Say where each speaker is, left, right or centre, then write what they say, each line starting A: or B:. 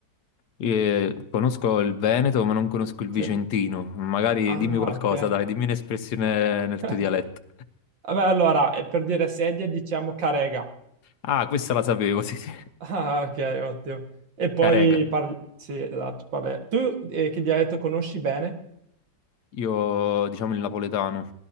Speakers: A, on the left (about 65°); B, on the right (about 80°).
A: eh, conosco il Veneto, ma non conosco il Vicentino.
B: Sì.
A: Magari
B: Ah,
A: dimmi qualcosa,
B: ok.
A: dai, dimmi un'espressione nel
B: <laughs>
A: tuo dialetto.
B: Vabbè, allora, e per dire sedia diciamo carega. <laughs>
A: Ah, questa la sapevo, sì, sì.
B: Ah, ok, ottimo. E poi
A: Carega.
B: parli... Sì, esatto, parli... Tu eh, che dialetto conosci bene?
A: Io, diciamo, il napoletano.